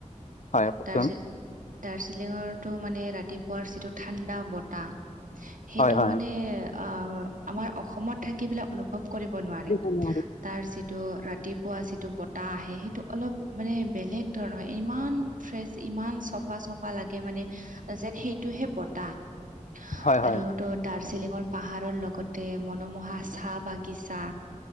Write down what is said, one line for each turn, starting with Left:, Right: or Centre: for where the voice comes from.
Left: হয় কওকচোন।
Right: দাৰ্জি দাৰ্জিলিঙৰটো মানে ৰাতিপুৱাৰ যিটো ঠাণ্ডা বতাহ সেইটো
Left: হয় হয়
Right: মানে অ'- আমাৰ অসমত থাকি বিলাক অনুভৱ কৰিব নোৱাৰে।
Left: নোৱাৰি।
Right: তাৰ যিটো ৰাতিপুৱা যিটো বতাহ আহে, সেইটো অলপ মানে বেলেগ ধৰণৰ। ইমান ফ্ৰেছ, ইমান চফা - চফা লাগে মানে যেন সেইটোহে বতাহ।
Left: হয় হয় হয়
Right: আৰু তো দাৰ্জিলিঙৰ পাহাৰৰ লগতে মনোমোহা চাহ-বাগিচা,